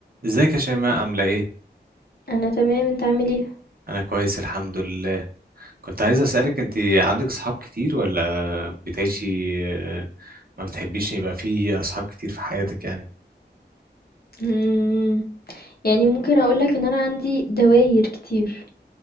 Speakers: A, on the right; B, on the left.
A: ازيك يا شيماء عاملة ايه؟
B: أنا تمام، أنت عامل إيه؟
A: أنا كويس الحمد لله كنت عايز أسألك انت عندك أصحاب كتير ولا بتعيشي آه، ما بتحبيش ان يبقى في أصحاب كتير في حياتك يعني؟
B: إمم، يعني ممكن أقول لك إن أنا عندي دواير كتير.